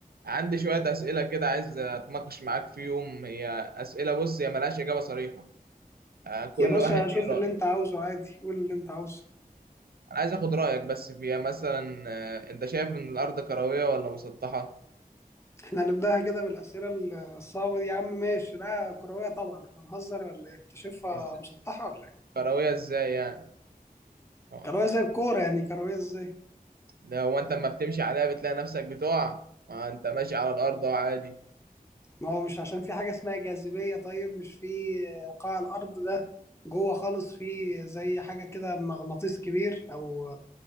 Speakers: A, on the right (about 85°); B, on the left (about 15°).
A: عندي شوية أسئلة كده عايز أتناقش معاك فيهم هي أسئلة بص هي ملهاش إجابة صريحة آه، كل
B: يا باشا
A: واحد
B: شوف
A: ليه
B: اللي
A: رأي
B: انت عاوزه عادي قول اللي انت عاوزه
A: أنا عايز أخد رأيك بس فيها مثلا آه، أنت شايف إن الأرض كروية ولا مسطحة؟
B: احنا هنبداها كده بالاسئله ال- الصعبه دي يا عم ماشي لا كرويه طبعا احنا هنهزر ولا ايه انت شايفها
A: إز...
B: مسطحه ولا ايه
A: كروية إزاي يعني؟ آه،
B: كرويه زي الكوره يعني كرويه ازاي
A: ده هو أنت أما بتمشي عليها بتلاقي نفسك بتقع ما أنت ماشي على الأرض أهو عادي
B: ما هو مش عشان في حاجه اسمها جاذبيه طيب مش في قاع الارض ده جوه خالص في زي حاجه كده مغناطيس كبير او